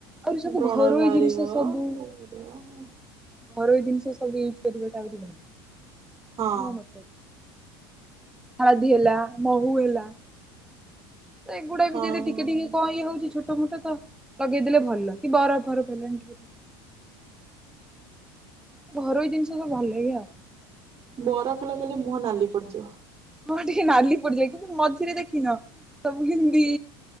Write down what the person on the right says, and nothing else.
ବ୍ରଣ
ବାହାରିବ
ଇଏ ବାହାରିବ
ହଁ
ହଁ।
ବରଫ ଲଗେଇଲେ ମୁହଁ ନାଲି ପଡିଯିବ।